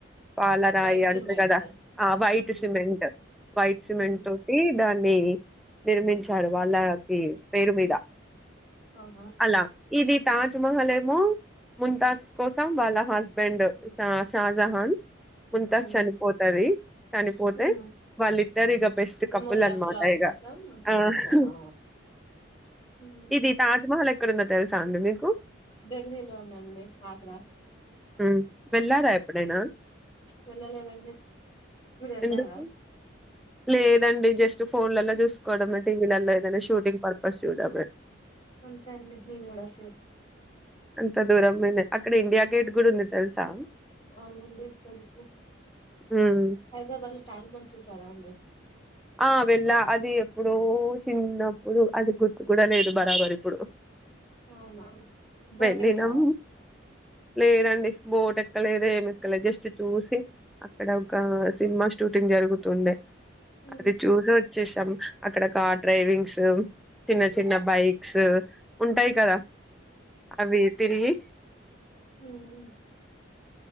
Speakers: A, in the centre; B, on the left.
A: పాలరాయి
B: వైట్ సిమెంట్
A: అంటారు. కదా ఆ వైట్
B: ఉమ్
A: సిమెంట్ వైట్ సిమెంట్
B: ఉమ్
A: తోటి దాన్ని వేయి నిర్మించారు వాళ్ళ కి పేరు మీద
B: అహా తే
A: అలా ఇది తాజ్మహల్ ఏమో ముంతాజ్ కోసం వాళ్ళ హస్బెండ్ ఆ షాజహాన్ ముంతాస్
B: ఉమ్
A: చనిపోతది. చనిపోతే
B: ఉమ్
A: వాళ్ళిద్దరు ఇక బెస్ట్
B: మెమోరీ
A: కపుల్ అన్నమాట
B: ఆఫ్ లవ్
A: ఇగా
B: కోసం కట్టించా
A: ఆ హ్
B: ఆ మ్మ్
A: ఇది తాజ్మహల్ ఏ క్కడుందో తెల్ సాంది మీకు
B: ఢిల్లీలో ఉందండి ఆగ్రా
A: ఉమ్మ్ వెళ్ళారా ఎప్పుడైనా
B: వెళ్ళలేదండి మీరు వెళ్ళారా
A: ఎందుకు లేదండి జస్ట్ ఫోన్లలో చూసుకోవడమే టీవీలల్లో ఏదైనా షూటింగ్ పర్పస్ చూడమే
B: అంతే అండి నేను కూడ షూ
A: తే దూరం లోనే అక్కడ ఇండియా గేట్ కూడా ఉంది తెలుసా
B: అవునండి తెలుసు
A: హ్మ్.
B: హైదరాబాద్ లో ట్యాంక్ బండ్ చూసారా అండి
A: ఆ వెళ్ళా అది ఎప్పుడో చిన్నప్పుడు అది గుర్తు కూడా లేదు బరాబర్ ఇప్పుడు
B: అవునా బోటెక్కారా
A: వెళ్ళినాం లేదండి బోటెక్కలేదు ఏమి ఎక్కలేదు జస్ట్ చూసి అక్కడ ఒక సినిమా షూటింగ్ జరుగుతుండే
B: హ్మ్
A: అది చూసొ చూసాం అక్కడ కార్ డ్రైవింగ్స్ చిన్న చిన్న బైక్స్ ఉంటాయి
B: హ్మ్
A: కదా అవి తిరిగి
B: ఊమ్మ్